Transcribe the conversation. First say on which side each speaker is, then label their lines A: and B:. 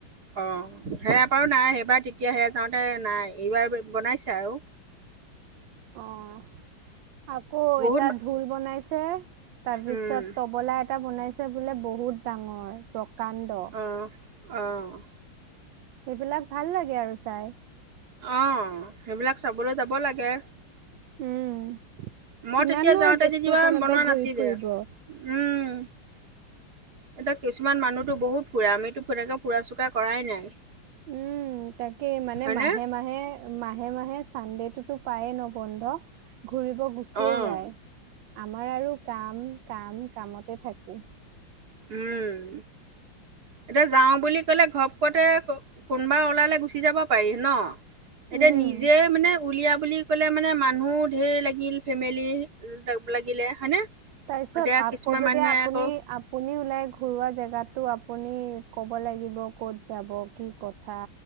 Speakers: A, on the right; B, on the right.
A: অ' সেয়া বাৰু নাই, সেইবাৰ তেতিয়া সেয়া যাওঁতে নাই এইবাৰ বনাইছে আৰু।
B: অ', আকৌ
A: বহুত
B: এটাত
A: মা-
B: ঢোল বনাইছে। তাৰপিছত
A: উম,
B: তবলা এটা বনাইছে বোলে বহুত ডাঙৰ, প্ৰকাণ্ড।
A: অ', অ'।
B: সেইবিলাক ভাল লাগে আৰু চাই।
A: অ', সেইবিলাক চাবলৈ যাব লাগে।
B: উম
A: মই
B: কিমাননো
A: তেতিয়া যাওঁতে
B: আৰু তেজপুৰখনতে
A: যেনিবা বনোৱা নাছিলে,
B: ঘূৰি ফুৰিব
A: উম। এতিয়া কিছুমান মানুহতো বহুত ফুৰে, আমিতো সেনেকে ফুৰা চোকা কৰাই নাই।
B: উম, তাকে মানে
A: হয়নে?
B: মাহে, মাহে, মাহে, মাহে চানডেটোতো পায়ে ন! বন্ধ ঘূৰিব গুচিয়ে
A: অ',
B: যায়। আমাৰ আৰু কাম, কাম, কামতে থাকোঁ।
A: উম, এতিয়া যাও বুলি কলে ঘপতে কোনোবা ওলালে গুচি যাব পাৰি ন। এতিয়া
B: উম
A: নিজে মানে উলিয়াব বুলি ক'লে মানে মানুহো ধঢেৰ লাগিল ফেমেলি লাগিলে হয়নে।
B: তাৰ পিছত
A: এতিয়া
B: আকৌ
A: কিছুমান
B: যদি
A: মানুহে
B: আপুনি
A: আকৌ
B: - আপুনি ওলাই গ ঘৰুৱা জেগাতো আপুনি ক'ব লাগিব ক'ত যাব কি ক'ত। কথা